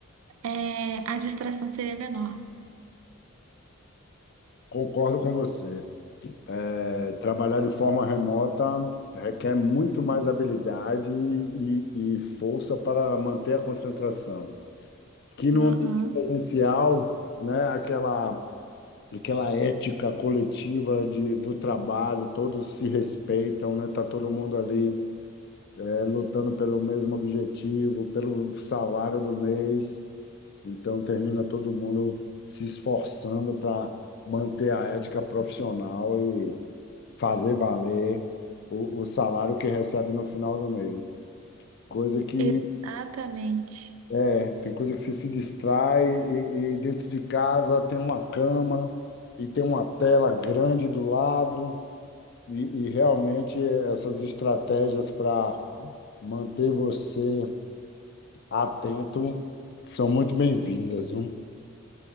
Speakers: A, on the right (about 80°); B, on the left (about 50°).
A: é, a distração seria menor.
B: Concordo com você. É, trabalhar de forma remota requer muito mais habilidade e, e força para manter a concentração. Que no
A: Uhum.
B: ambiente presencial, né, aquela, aquela ética coletiva de, do trabalho, todos se respeitam, né, tá todo mundo ali, é, lutando pelo mesmo objetivo, pelo salário do mês. Então termina todo mundo se esforçando para manter a ética profissional e fazer valer o, o salário que recebe no final do mês. Coisa que
A: Exatamente.
B: é, tem coisa que você se distrai e, e dentro de casa tem uma cama e tem uma tela grande do lado e, e realmente essas estratégias para manter você atento são muito bem-vindas, viu?